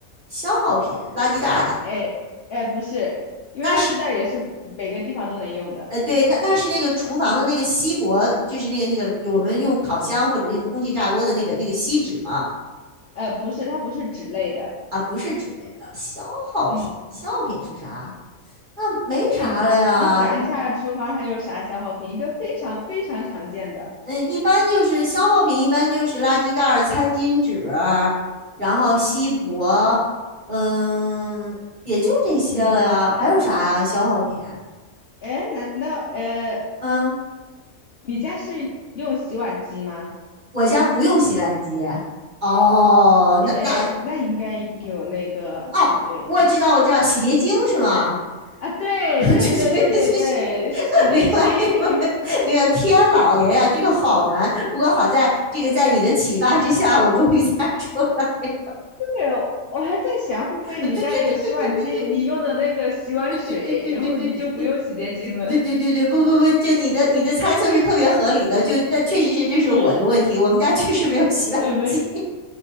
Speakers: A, on the right; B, on the left.
A: 消耗品、垃圾袋，
B: 哎，哎，不是，因为垃圾袋也是每个地方都能用的，
A: 那是呃对，那那是那个厨房的那个锡箔，就是那个那个我们用烤箱或者用空气炸锅的那个那个锡纸嘛，
B: 呃，不是，它不是纸类的，
A: 啊，不是纸类的消耗品，
B: 嗯
A: 消耗品是啥？那没啥了呀，
B: 嗯，你想一下，厨房还有啥消耗品？一个非常非常常见的。
A: 嗯，一般就是消耗品，一般就是垃圾袋儿、餐巾纸，然后锡箔，嗯，也就这些了呀，
B: 嗯，
A: 还有啥呀？消耗品，
B: 哎，难道呃，
A: 嗯，
B: 你家是用洗碗机吗？
A: 我家不用洗碗机。哦，
B: 哎，
A: 那那
B: 那应该有那个才对
A: 哦，我知道，我知道，洗洁精是吗？
B: 啊！对对对对对对，
A: <laughs> 就就就就，<laughs>
B: 是洗洁精。
A: 明白明白
B: <laughs>
A: 明白，天老爷呀，这个好难。不过好在这个在你的启发之下，我终于猜出来。
B: 对，我还在想，会不会你家有洗碗机，
A: 呃对对对对对对对
B: 你用的那个洗碗水，
A: 对对对对对对对，
B: 然后你就不用洗洁精了？
A: 呃对对对对，不不不，就你的你的猜测是特别合理的，就但确实是这是我的问题，
B: <laughs> 嗯，
A: 我们家确实没有洗碗机。
B: 哎，没，